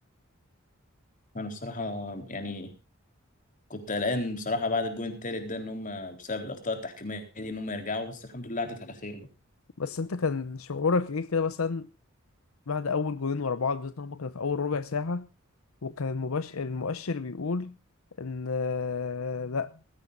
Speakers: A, on the left; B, on the left.
A: انا بصراحه يعني كنت قلقان بصراحه بعد الجون التالت ده ان هم بسبب الاخطاء التحكيميه دي ان هم يرجعوا بس الحمد لله عدت على خير
B: بس انت كان شعورك ايه كده مثلا بعد اول جولين ورا بعض بالذات إن هما كانوا في اول ربع ساعة وكان المبش... المؤشر بيقول ان آه، لا